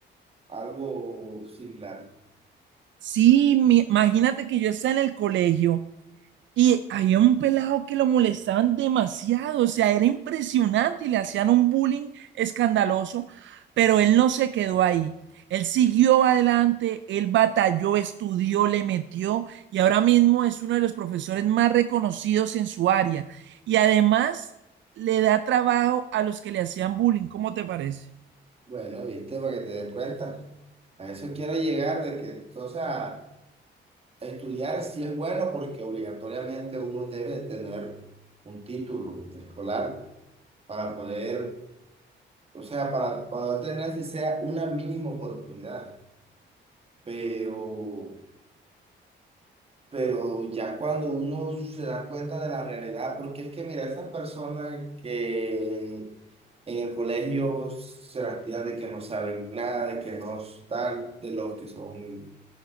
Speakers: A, on the right (about 30°); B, on the right (about 70°).
A: algo similar.
B: Sí, mi- imagínate que yo estaba en el colegio Y había un pelado que lo molestaban demasiado, o sea, era impresionante y le hacían un bullying escandaloso, pero él no se quedó ahí. Él siguió adelante, él batalló, estudió, le metió y ahora mismo es uno de los profesores más reconocidos en su área. Y además le da trabajo a los que le hacían bullying, ¿cómo te parece?
A: Bueno, viste, para que te des cuenta. A eso quiero llegar de que, o sea, estudiar sí es bueno porque obligatoriamente uno debe de tener un título escolar para poder, o sea, para, para poder tener si sea una mínima oportunidad. pero, pero ya cuando uno se da cuenta de la realidad, porque es que mira, esas personas que en el colegio se las tiran de que no saben nada, de que no están, de los que son,